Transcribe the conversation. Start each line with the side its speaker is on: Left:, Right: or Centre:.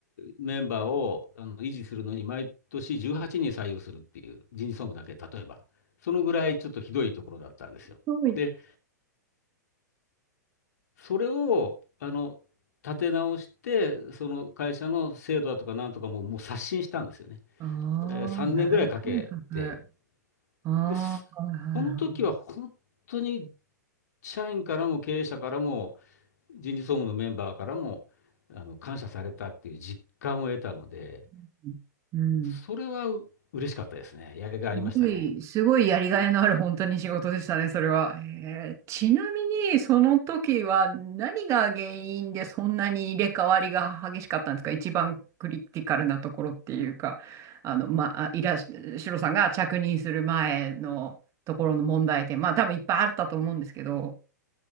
Left: メンバーをあの維持するのに、毎年18人採用するっていう人事総務だけ、例えば、そのぐらいちょっとひどいところだったんですよ。
Right: すごい。
Left: で、それを、あの、立て直して、その会社の制度だとかなんとかも、もう刷新したんですよね。
Right: あ
Left: えー3年ぐらいかけて、
Right: あ、大改革。ああ、
Left: で、すその時は本当に
Right: はいはいは
Left: 社員からも経営者からも人事総務のメンバーからもあの感謝されたっていう実感を得たので、
Right: い。うん。
Left: それはう嬉しかったですね。やりがいありましたね。
Right: すごい、すごいやりがいのある本当に仕事でしたね、それは。えーちなみに、その時は何が原因でそんなに入れ替わりが激しかったんですか一番クリティカルなところっていうか、あの、まあ、いらっし、シロさんが着任する前のところの問題点、まあ多分いっぱいあったと思うんですけど、